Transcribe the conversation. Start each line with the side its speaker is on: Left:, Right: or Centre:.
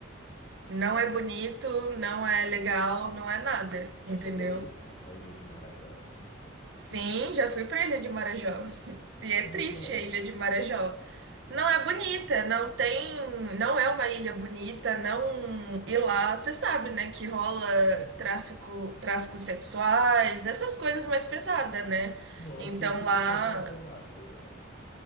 Right: não
Left: não.
Right: é bonito, não é legal, não é nada, entendeu?
Left: Já chegou a ir para essa ilha de Marajó, assim, sei lá.
Right: Sim, já fui pra Ilha de Marajó. <laughs> E
Left: E como
Right: é triste
Left: é que é?
Right: a Ilha de Marajó. Não é bonita, não tem, não é uma ilha bonita, não. E lá, você sabe, né, que rola tráfico, tráfico sexuais, essas
Left: Ah,
Right: coisas mais pesadas, né?
Left: nossa,
Right: Então
Left: e o que
Right: lá
Left: tu foi fazer lá? Sei lá, velho.